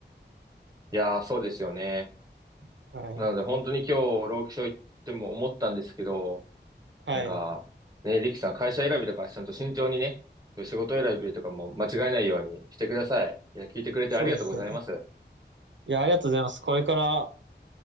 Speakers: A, on the right; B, on the right.
A: いやー、そうですよね。
B: はい。
A: なので本当に今日、労基署行っても思ったんですけど、
B: はい。
A: なんか、ね、リキさん会社選びとかちゃんと慎重にね、仕事選びとかも間違えないようにしてください。いや、聞いてくれてありがとうございます。
B: そうですね。いや、ありがとうございます。これから、